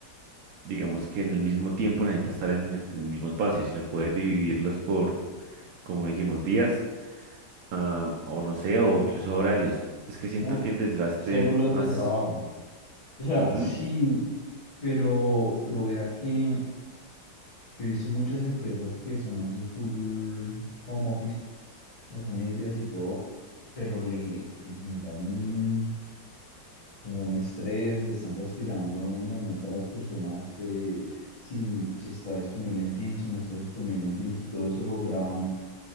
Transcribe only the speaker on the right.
digamos que en el mismo tiempo necesita estar en, en el mismo espacio, sino puedes dividirlos por, como dijimos, días, ah, o no sé, o incluso horarios. Es que siento
que el desgaste
más...
Ujú.